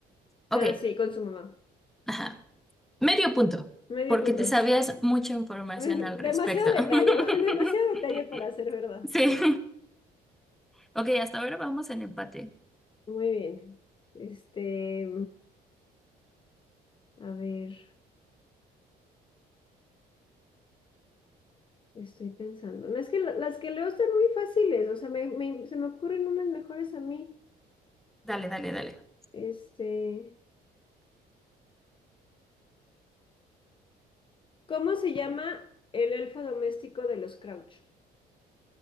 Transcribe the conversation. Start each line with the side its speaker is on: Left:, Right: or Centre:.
Centre: Ok,
Left: Ah, sí, con su mamá.
Centre: ajá. Medio punto,
Left: Medio
Centre: porque
Left: punto.
Centre: te sabías mucha información
Left: <laughs> Demasiado
Centre: al respecto. <laughs>
Left: detalle, <laughs> demasiado detalle para ser verdad.
Centre: Sí. Ok, hasta ahora vamos en empate.
Left: Muy bien. Este, a ver, estoy pensando. No es que la- las que leo están muy fáciles, o sea, me- me- se me ocurren unas mejores a mí.
Centre: Dale, dale, dale.
Left: Este, ¿cómo se llama el elfo doméstico de los Crouch?